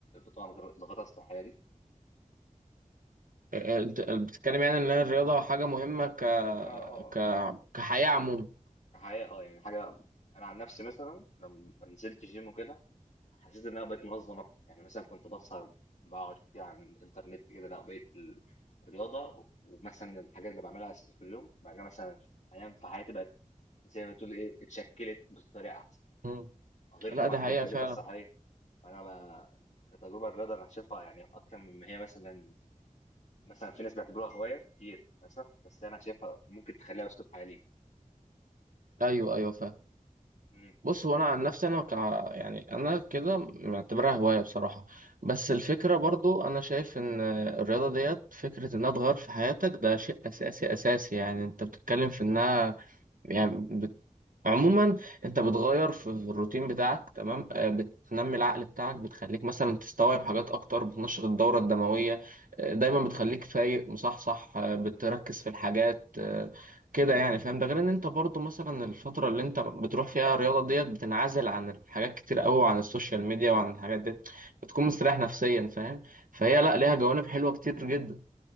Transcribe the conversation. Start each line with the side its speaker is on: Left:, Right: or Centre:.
Left: طبعا غير ضافتها اصل الحياه دي
Right: آه، آه، انت بتتكلم يعني ان الرياضه حاجه مهمه ك
Left: اه آه،
Right: ك
Left: آه.
Right: كحياه عموما
Left: كحياه اه يعني حاجه انا عن نفسي مثلا لما نزلت جيم وكده حسيت ان انا بقيت منظم اكتر يعني مثلا كنت بسهر بقعد كتير على الانترنت كده لا بقيت ال- الرياضه ومثلا الحاجات اللي بعملها اساسا في اليوم بعد كده مثلا انام في حياتي بقت زي ما تقول ايه اتشكلت بطريقه احسن
Right: مم.
Left: غير
Right: لا
Left: طبعا
Right: ده
Left: اللي
Right: حقيقه
Left: هي فائدتها
Right: فعلا
Left: الصحيه فانا بقى كتجربه الرياضه انا شايفها يعني اكتر مما هي مثلا مثلا في ناس بيعتبروها هوايه كتير للاسف بس انا شايفها ممكن تخليها اسلوب حياه ليك
Right: ايوه ايوه فعلا
Left: مم.
Right: بص هو انا عن نفسي انا كع... يعني انا كده معتبرها هوايه بصراحه بس الفكره برضو انا شايف ان الرياضه ديت فكره انها تغير في حياتك ده شيء اساسي اساسي يعني انت بتتكلم في انها يعني بت... عموما انت بتغير في الروتين بتاعك تمام آه، بتنمي العقل بتاعك بتخليك مثلا تستوعب حاجات اكتر بتنشط الدورة الدموية آه، دايما بتخليك فايق مصحصح آه، بتركز
Left: مم.
Right: في الحاجات آه، كده يعني فاهم ده غير ان انت برضو مثلا الفترة اللي انت بتروح فيها الرياضة ديت بتنعزل عن حاجات كتير قوي وعن السوشيال ميديا وعن الحاجات دي بتكون مستريح نفسيا فاهم فهي
Left: مم.
Right: لا ليها جوانب حلوة كتير جدا